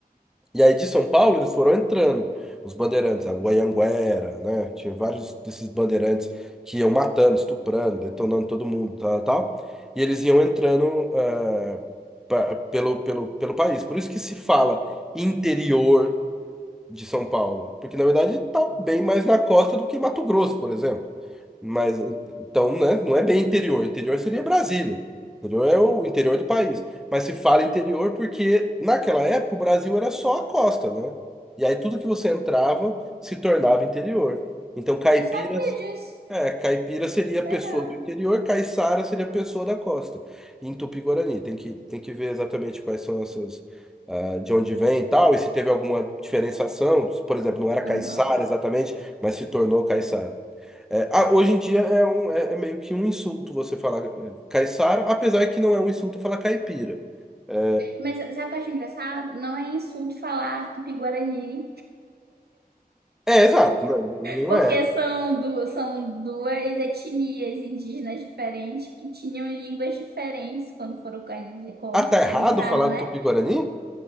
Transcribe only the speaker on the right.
Não sabia disso.
Legal.
Aham.
Mas sabe o que eu acho engraçado? Não é insulto falar Tupi-Guarani,
porque
são, du são duas etnias indígenas diferentes que tinham línguas diferentes quando foram coloni- quando
foi colonizado,
né?